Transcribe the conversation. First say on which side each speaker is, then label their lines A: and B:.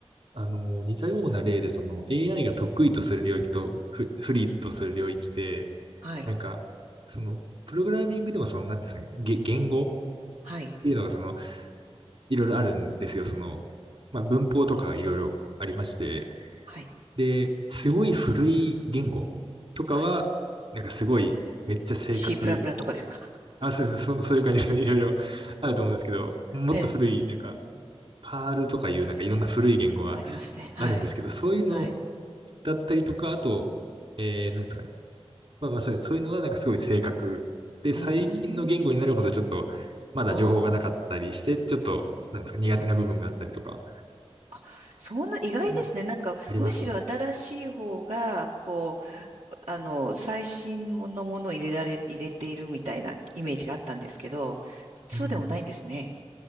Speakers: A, on the right; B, on the right.
A: あの、似たような例で、その AI が得意とする領域とフ、不利とする領域で、
B: はい。
A: なんか、その、プログラミングでもその、なんていうんですかね、げ言語っ
B: はい。
A: ていうのがその、いろいろあるんですよ。その、まあ、文法とかがいろいろありまして、
B: はい。
A: で、すごい古い言語とかは、
B: はい。
A: なんかすごいめっちゃ正確、
B: チープラプラとかですか。
A: あ、そうです、そ、そういう感じですね。いろいろあると思うんですけど、もっと古い、
B: <laughs> ええ
A: なんか、パールとかいう、なんかいろんな古い言語が
B: ありますね。はい。
A: あるんですけど、そういうの
B: はい。
A: だったりとか、あと、えー、なんですかね。まあまあそうです、そういうのはなんかすごい正確で、
B: うー
A: 最近の言語になるほどちょっと、
B: ん。
A: まだ情報がなかったりして、
B: あー
A: ちょっと、なんですか、苦手な部分があったりとか
B: あ。そんな意外ですね。
A: も
B: なんか、
A: ありますね。
B: むしろ新しい方が、こう、あの、最新のものを入れられ、入れているみたいなイメージがあったんですけど、そうでもないんですね。
A: うん